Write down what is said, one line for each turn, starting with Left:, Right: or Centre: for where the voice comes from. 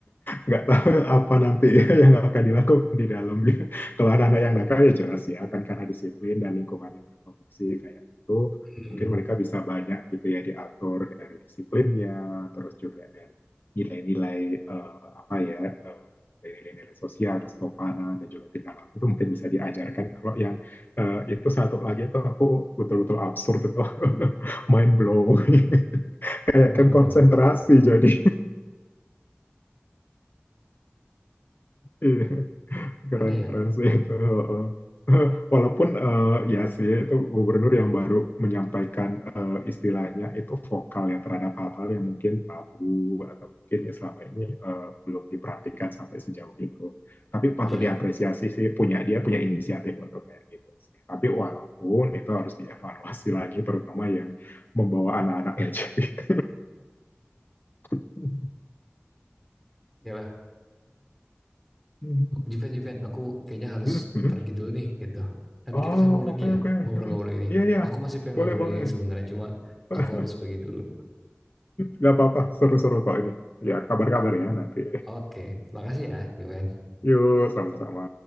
Left: nggak tahu apa nanti <laughs> ya yang akan dilakukan di dalam <laughs> gitu. Kalau anak-anak yang nakal ya jelas ya kan karena disiplin dan lingkungan yang terkondisi kayak gitu,
Centre: hmm.
Left: mungkin mereka bisa banyak gitu ya diatur dari disiplinnya, terus juga dari nilai-nilai eh, apa ya eh, nilai-nilai sosial, kesopanan dan juga tingkah laku itu mungkin bisa diajarkan. Kalau yang eh, itu satu lagi itu aku betul-betul absurd itu <laughs> mind blow <laughs> kayak
Centre: aneh banget
Left: kan konsentrasi
Centre: memang
Left: jadi Iya, keren-keren
Centre: aneh ya
Left: sih itu. Heeh. Walaupun eh, ya sih itu gubernur yang baru menyampaikan eh, istilahnya itu vokal ya terhadap hal-hal yang mungkin tabu atau mungkin ya selama ini eh, belum diperhatikan sampai sejauh itu. Tapi patut
Centre: iya
Left: diapresiasi sih punya dia punya inisiatif untuk kayak gitu sih. Tapi walaupun itu harus dievaluasi lagi terutama yang membawa anak-anak LGBT <laughs>
Centre: ya lah
Left: gitu.
Centre: Juven, Juven, aku kayaknya harus
Left: <laughs>
Centre: pergi dulu nih gitu. Nanti
Left: Oh,
Centre: kita sambung lagi
Left: oke,
Centre: ya
Left: oke.
Centre: ngobrol-ngobrol
Left: Hmm,
Centre: ini.
Left: Iya, iya.
Centre: Aku masih pengen
Left: Boleh,
Centre: ngobrol
Left: boleh.
Centre: ini sebenarnya cuma
Left: <laughs>
Centre: aku harus pergi dulu.
Left: Nggak apa-apa. Seru-seru kok ini. Ya, kabar-kabar ya nanti.
Centre: Oke, makasih ya, Juven.
Left: Yuk, sama-sama.